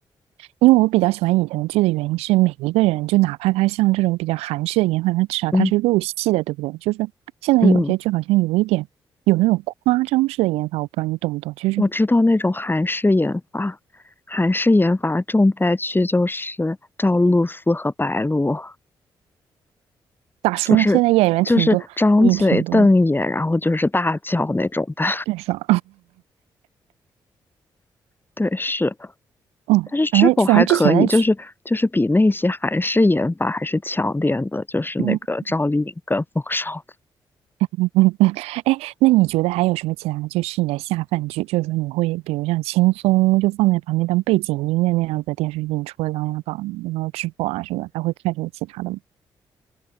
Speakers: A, on the right; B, on the left.
A: 因为我比较喜欢以前的剧的原因是，每一个人就哪怕他像这种比较韩式的演法，他至少他是入戏的，
B: 嗯
A: 对不对？就是现在有些剧好像有一点有那种夸张式的演法，
B: 嗯。
A: 我不知道你懂不懂，就是
B: 我知道那种韩式研发，韩式研发重灾区就是赵露思和白鹿，
A: 咋说呢？
B: 就是就是张嘴瞪眼，
A: 现在演员挺多，也挺多
B: 然后就是大叫那种的。
A: 郑爽，
B: <laughs> 对，是，
A: <laughs> 嗯，
B: 但是知否还可以，
A: 反正反正之前的剧，
B: 就是就是比那些韩式研发还是强点的，就是那个赵丽颖跟冯绍峰
A: 嗯嗯嗯嗯，哎，那你觉得还有什么其他就是你的下饭剧？就是说你会比如像轻松就放在旁边当背景音的那样子的电视剧，你除了《琅琊榜》然后《知否》啊什么的，还会看什么其他的吗？